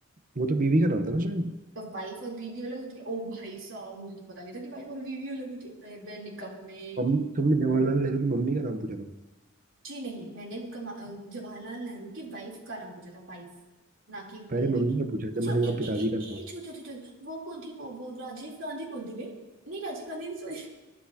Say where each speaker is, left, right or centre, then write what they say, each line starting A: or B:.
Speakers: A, on the right (about 40°); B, on the right (about 65°).
A: वो तो बीवी का नाम था ना शायद
B: तो वाइफ और बीवी अलग होती है ओ भाई साहब मुझे तो पता नहीं था कि वाइफ और बीवी अलग होती है अरे बे निकम्मे
A: मम्मी तुमने जवाहरलाल नेहरू की मम्मी का नाम पूछा था
B: जी नहीं मैंने कमा- अ, जवाहरलाल नेहरू की वाइफ का नाम पूछा था वाइफ ना कि मम्मी
A: पहले मम्मी
B: की
A: का पूछा
B: अच्छा
A: जब मैंने उनका
B: ए ए
A: पिताजी
B: ए
A: का नाम
B: ए छो छो छो छो, वो कौन थी वो वो राजीव गांधी कौन थी बे नहीं राजीव गांधी नहीं सॉरी